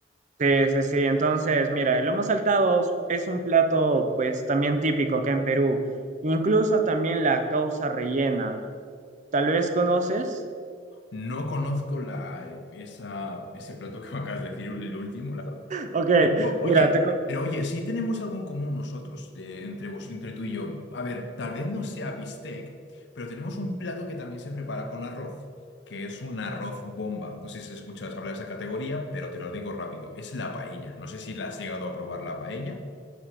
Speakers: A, on the right; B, on the left.
A: sí, sí, sí. Entonces, mira, el lomo saltado es un plato, pues, también típico acá en Perú. Incluso también la causa rellena. Tal vez conoces.
B: No conozco la, esa, ese plato que me acabas de decir, el último,
A: Ok,
B: Pero oye,
A: mira, te... co-
B: pero oye, sí tenemos algo en común nosotros, eh, entre vos, entre tú y yo. A ver, tal vez no sea bistec, pero tenemos un plato que también se prepara con arroz, que es un arroz bomba. No sé si escuchas hablar de esa categoría, pero te lo digo rápido. Es la paella. No sé si la has llegado a probar la paella.